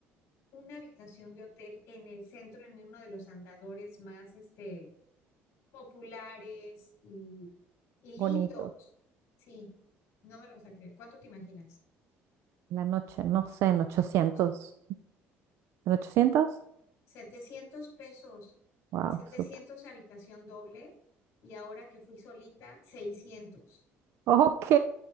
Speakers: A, on the left (about 70°); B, on the right (about 65°).
A: Una habitación de hotel en el centro, en uno de los andadores más, este populares y, y
B: bonito.
A: lindos. Sí, no me lo vas a creer. ¿Cuánto te imaginas?
B: La noche, no sé, en ochocientos
A: La noche.
B: ¿En ochocientos
A: 700 pesos,
B: Wow,
A: 700
B: súper.
A: habitación doble y ahora que fui solita, 600.
B: Ok.